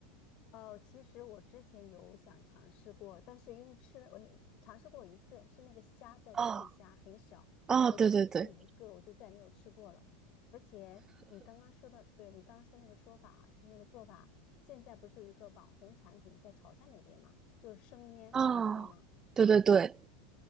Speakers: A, on the left; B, on the right.
A: 哦，其实我之前有想尝试过，但是因为吃的我你尝试过一次，是那个虾叫醉虾，
B: 哦，
A: 很小，
B: 哦，
A: 我就吃了一个，
B: 对对对，
A: 我就再也没有吃过了。而且你刚刚说的，对你刚刚说那个说法啊，就是那个做法，现在不是有一个网红产品在潮汕那边嘛，就是生腌，
B: 哦，
A: 你知道吗？
B: 对对对，